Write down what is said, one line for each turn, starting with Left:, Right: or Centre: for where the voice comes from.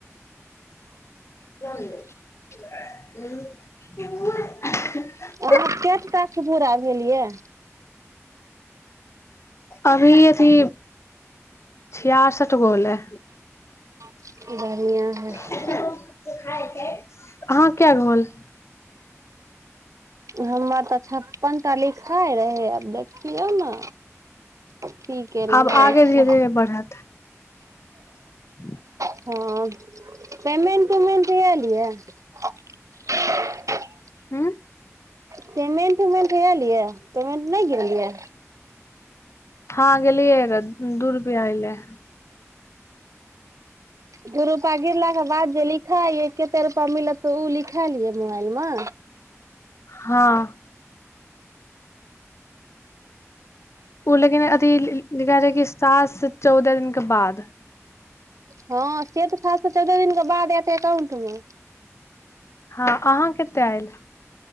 Left: ज ह
Right: आ कटाके पूरा भेल यै
Left: अभी अथी छियासठ गो होलै
Right: <unintelligible> है
Left: अहाँक कै गो होलै
Right: हमर तऽ छप्पन टा लिखाय रहे आब देख यौ न की केना
Left: आब
Right: होइ
Left: आगे
Right: छै
Left: धीरे धीरे बढ़त <inaudible>
Right: हँ पेमेन्ट उमेन्ट आएल यै <unintelligible>
Left: हूँ
Right: पेमेन्ट उमेन्ट एल य पेमेन्ट नहि गेलियै
Left: वहाँ गेलियै रऽ दू रुपैया ऐले
Right: दू रूपा गिरलाके बाद जे लिखा कते रुपा मिलत त उ लिखाइल यै मोबाइल मे
Left: हँ ओ लेकिन अथी लिखा रहै कि सात से चौदह दिन क बाद
Right: हँ से तऽ सात सँ चौदह दिन क बाद एतै एकाउण्ट म
Left: हँ अहाँ कतेक आयल